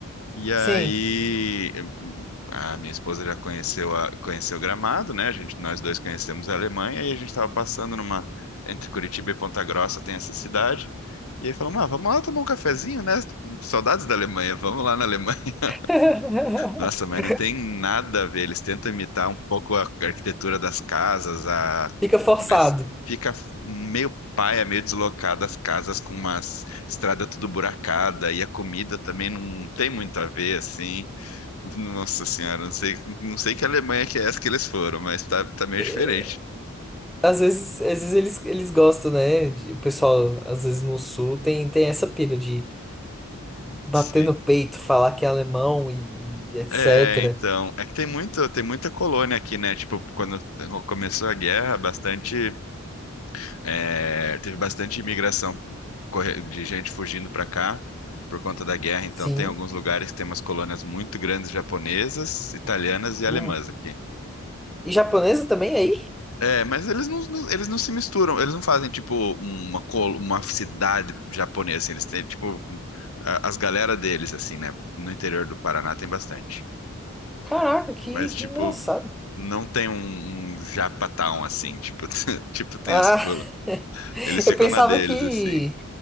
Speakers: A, on the left (about 80°); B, in the centre.
A: E aí
B: Sim.
A: eh, hum, a minha esposa já conheceu a, conheceu Gramado, né? A gente, nós dois conhecemos a Alemanha e a gente estava passando numa entre Curitiba e Ponta Grossa tem essa cidade. E aí falamos, ah, vamos lá tomar um cafezinho, né? Saudades da Alemanha, vamos lá na Alemanha. <laughs>
B: <laughs>
A: Nossa, mas não tem nada a ver. Eles tentam imitar um pouco a arquitetura das casas, a...
B: Fica forçado.
A: mas fica meio paia, meio deslocada as casas com uma estrada tudo buracada e a comida também não tem muito a ver, assim. Nossa senhora, não sei, não sei que Alemanha que é essa que eles foram, mas tá, tá meio
B: É,
A: diferente.
B: Às vezes, às vezes eles, eles gostam, né? de- O pessoal, às vezes no sul, tem, tem essa pira de bater
A: Sim.
B: no peito, falar que é alemão e, e etc.
A: É, então, é que tem muito, tem muita colônia aqui, né? Tipo, quando começou a guerra, bastante, é, teve bastante imigração corre- de gente fugindo pra cá por conta da guerra. Então,
B: Sim.
A: tem alguns lugares que tem umas colônias muito grandes japonesas, italianas e alemãs
B: Uhum.
A: aqui.
B: E japonesa também aí?
A: É, mas eles não, não- eles não se misturam, eles não fazem tipo uma, col- uma cidade japonesa, assim, eles têm tipo a- as galera deles, assim, né? No interior do Paraná tem bastante.
B: Caraca, que,
A: Mas
B: que
A: tipo,
B: engraçado.
A: não tem um, um Japatown assim, tipo, <laughs> tipo tem
B: Ah,
A: as colas.
B: <laughs>
A: Eles ficam
B: eu pensava
A: na deles,
B: que.
A: assim.